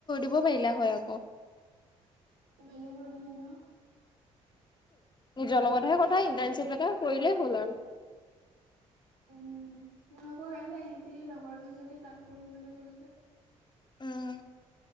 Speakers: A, on the left; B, on the right.
A: কব পাৰিলা হয় আকৌ
B: ওলালে কৈ দিবা ন
A: নিজৰ লগতহে কথা ইন্টাৰ্নশ্বিপ এটা কৰিলে হ'ল আৰু
B: উম মই আকৌ এনে ইহেঁতি লগৰ কেইজনী তাত কৰো বুলি কলে যে
A: উম,